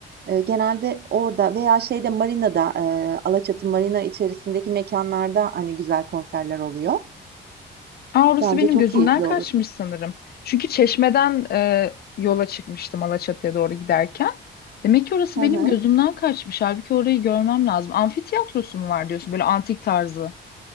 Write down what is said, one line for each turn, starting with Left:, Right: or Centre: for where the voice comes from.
Right: Eee, genelde orada veya şeyde marinada, eee, Alaçatı marina içerisindeki mekânlarda, hani, güzel konserler oluyor.
Left: Aa, orası
Right: Bence
Left: benim
Right: çok
Left: gözümden
Right: keyifli
Left: kaçmış
Right: olur.
Left: sanırım. Çünkü Çeşme'den e, yola çıkmıştım Alaçatı'ya doğru giderken. Demek ki orası
Right: Hı
Left: benim
Right: hı.
Left: gözümden kaçmış. Halbuki orayı görmem lazım. Amfitiyatrosu mu var diyorsun? Böyle antik tarzı.